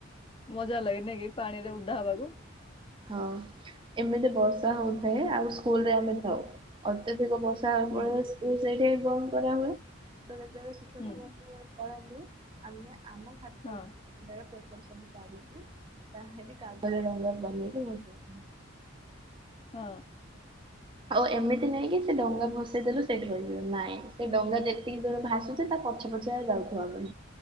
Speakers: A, on the left (about 25°); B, on the right (about 25°).
A: ମଜା ଲାଗେ ନାକି ପାଣିରେ ଓଦା ହବାକୁ।
B: ହଁ ଏମିତି ବର୍ଷା ହଉଥାଏ, ଆଉ ସ୍କୁଲ ରେ ଆମେ ଥାଉ। ଅତ୍ୟଧିକ ବର୍ଷା ହେବା
A: ହୁଁ
B: ଫଳରେ ସ୍କୁଲ ସେଇ ଟାଇମ ବନ୍ଦ କରା ହୁଏ। ତ ଯେତେବେଳେ ଶିକ୍ଷକ
A: ହୁଁ
B: ମାନେ ପଳାନ୍ତି ଆମେ ଆମ ଖାତାରୁ
A: ହଁ
B: ସେତେବେଳେ ପେପର ସବୁ କାଢ଼ିକି ତା ହିଁରେ କାଗଜ ଡଙ୍ଗା ବନେଇକି ଭସେଇଥାଉ।
A: ହଁ।
B: ଆଉ ଏମିତି ନାଇଁକି ସେ ଡଙ୍ଗା ଭସେଇ ଦେଲୁ ସେଇଠି ରହିଯିବ, ନାଇଁ ସେ ଡଙ୍ଗା ଯେତିକି ଜୋର ଭାସୁ ସେ ତା ପଛେ ପଛେ ଯାଉଥିବୁ ଆମେ।